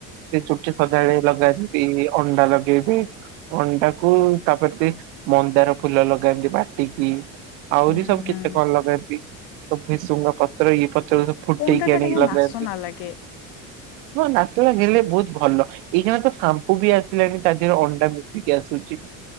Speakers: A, on the right; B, on the left.
A: ସେ ଚୁଟିରେ ସଦାବେଳେ ଲଗାନ୍ତି ଅଣ୍ଡା ଲଗେଇବି ଅଣ୍ଡାକୁ ତାପରେ ସେ ମନ୍ଦାର ଫୁଲ ଲଗାନ୍ତି ବାଟିକି ଆହୁରି
B: ହୁଁ ହୁଁ
A: କେତେ କଣ ଲଗା ଏିନ୍ତି ଭିସୁଙ୍ଗା ପତ୍ର ଇଏ ପତ୍ର ସବୁ ଫୁଟିକି
B: ଅଣ୍ଡା ଟା
A: ଆଣିକି
B: ଟିକେ
A: ଲଗାନ୍ତି
B: ନାସ ନା <inaudible>
A: ମୋ ନାଚ ଲାଗିଲେ ବହୁତ ଭଲ ଏଇଖାନା ତ ସାମ୍ପୁ ବି ଆସିଲାଣି ତା ଦେହରେ ଅଣ୍ଡା ମିଶିକି ଆସୁଛି